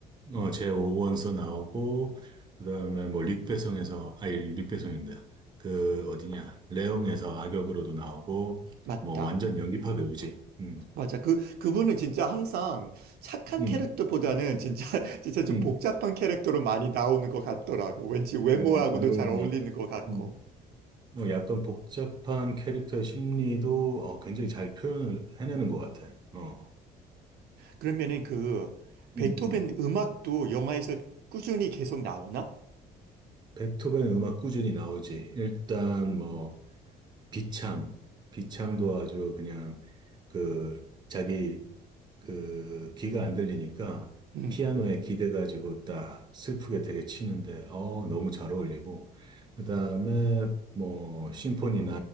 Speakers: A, on the right (about 25°); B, on the right (about 70°).
A: 어, 제 5원서 나오고, 그 다음에 뭐, 릭배송에서, 아니, 릭배송인데, 그, 어디냐, 레옹에서 악역으로도 나오고,
B: 맞다.
A: 뭐, 완전 연기파 배우지. 음,
B: 맞아. 그, 그분은 진짜 항상 착한
A: 음,
B: 캐릭터보다는 진짜, <laughs> 진짜 좀
A: 음.
B: 복잡한 캐릭터로 많이 나오는 것 같더라고. 왠지 외모하고도
A: 어, 그리고
B: 잘 어울리는
A: 약,
B: 것 같고.
A: 음, 뭐 약간 복잡한 캐릭터의 심리도 어, 굉장히 잘 표현을 해내는 것 같아. 어,
B: 그러면은 그, 베토벤
A: 음, 음.
B: 음악도 영화에서 꾸준히 계속 나오나?
A: 베토벤 음악 꾸준히 나오지. 일단 뭐, 비참, 비참도 아주 그냥 그 자기 그 귀가 안 들리니까
B: 음.
A: 피아노에 기대가지고 딱 슬프게 되게 치는데 어 너무 잘 어울리고 그다음에 뭐 심포니 9